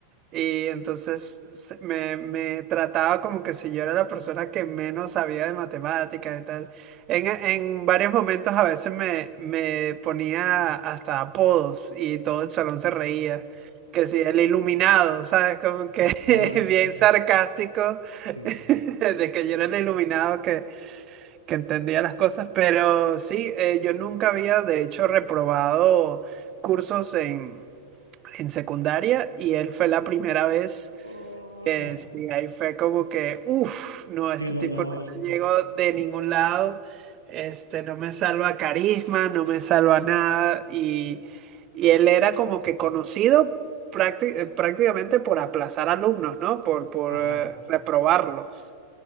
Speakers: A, on the right (about 35°); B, on the left (about 90°).
A: Y entonces se- me, me trataba como que si yo era la persona que menos sabía de matemáticas y tal. En, en
B: Sí,
A: varios momentos a veces me, me ponía hasta apodos y todo el salón se reía. Que si el iluminado, ¿sabes? Como que <laughs>
B: ah,
A: bien sarcástico
B: sí.
A: <laughs> de que yo era el iluminado que, que entendía las cosas. Pero sí, eh, yo nunca había de hecho reprobado cursos en, en secundaria y él fue la primera vez.
B: Oh,
A: Eh, sí, ahí fue como que, uff, no, este
B: qué dolor.
A: tipo no me llegó de ningún lado, este, no me salva carisma, no me salva nada, y, y él era como que conocido prácti- eh, prácticamente por aplazar alumnos, ¿no? Por, por
B: Ajá.
A: eh, reprobarlos.